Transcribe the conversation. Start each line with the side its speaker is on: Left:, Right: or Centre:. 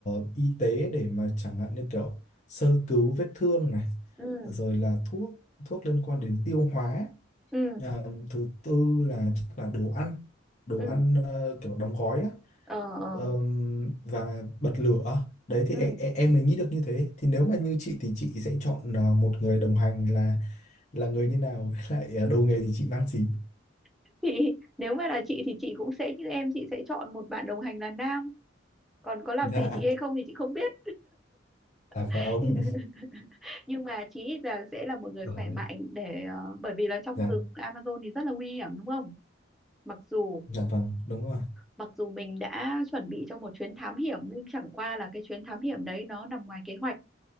Left: uh, y tế để mà chẳng hạn như kiểu sơ cứu vết thương này
Centre: ừ
Left: rồi là thuốc thuốc liên quan đến tiêu hóa
Centre: ừ
Left: à, thứ tư là chắc là đồ ăn đồ
Centre: ừ
Left: ăn uh, kiểu đóng gói á
Centre: ờ
Left: Ờm,
Centre: ờ
Left: và bật lửa đấy thì
Centre: ừ
Left: em, em mới nghĩ được như thế thì nếu mà như chị thì chị sẽ chọn à, một người đồng hành là là người như nào <laughs> với lại à, đồ nghề thì chị mang gì
Centre: <laughs> thì nếu mà là chị thì chị cũng sẽ như em chị sẽ chọn một bạn đồng hành là nam còn có làm
Left: dạ
Centre: gì chị hay không thì chị không biết
Left: à
Centre: <laughs>
Left: phải ông
Centre: nhưng mà chí ít là sẽ là một
Left: <laughs>
Centre: người
Left: rồi
Centre: khỏe mạnh để ờ, bởi vì là trong
Left: dạ
Centre: rừng Amazon thì rất là nguy hiểm đúng không? Mặc dù
Left: dạ vâng đúng rồi
Centre: mặc dù mình đã chuẩn bị cho một chuyến thám hiểm nhưng chẳng qua là cái chuyến thám hiểm đấy nó nằm ngoài kế hoạch